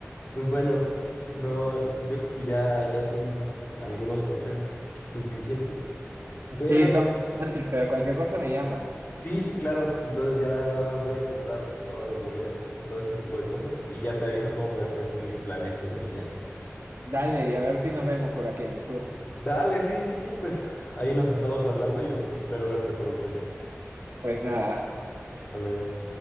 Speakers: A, on the left; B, on the right.
A: Pues bueno, no, yo creo que ya, ya son algunos consejos suficientes. Pero
B: Sí, son antes, pero cualquier cosa me llamas.
A: sí, sí, claro. Entonces ya nada más voy a comprar todos los boletos y todo ese tipo de cosas. Y ya te aviso cómo me fue con mi planeación del viaje.
B: Dale, y a ver si nos vemos por aquí en el sur.
A: Dale, sí, sí, sí, pues ahí nos estamos hablando y espero verte pronto ya.
B: Pues nada,
A: Hasta luego.